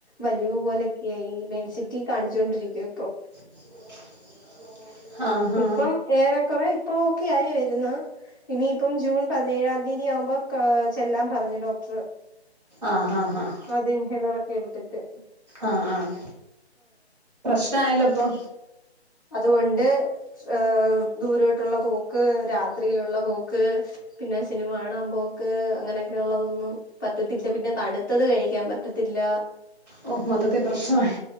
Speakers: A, on the left; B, on the right.
A: വലിവ് പോലൊക്കെയായി മെഡ്സിറ്റി കാണിച്ചു കൊണ്ടിരിക്കാ ഇപ്പൊ
B: <inaudible> ഹാ
A: ഇപ്പം ഏറെ കൊറേ ഇപ്പ ഓക്കെ ആയി വരുന്ന് ഇനിയിപ്പം ജൂൺ പതിനേഴാം തീയ്യതി ആവുമ്പോ ക്കാ ചെല്ലാ പറഞ്ഞു ഡോക്ട്ർ
B: ആഹ് ആഹ് ആഹ്
A: അതിൻഹെല്ലറൊക്കെടുത്ത്ട്ട്
B: ആഹ് ആഹ് പ്രശ്നായാല്ലൊപ്പൊ
A: അതുകൊണ്ട് ഏഹ് ദൂരോട്ടുള്ള പോക്ക് രാത്രിയിലുള്ള പോക്ക് പിന്നെ സിനിമ കാണാൻ പോക്ക് അങ്ങനെക്കെള്ളതൊന്നും പറ്റത്തില്ല പിന്നെ തണുത്തത് കഴിക്കാൻ പറ്റത്തില്ല
B: ഓ മൊത്തത്തീ പ്രശ്നായി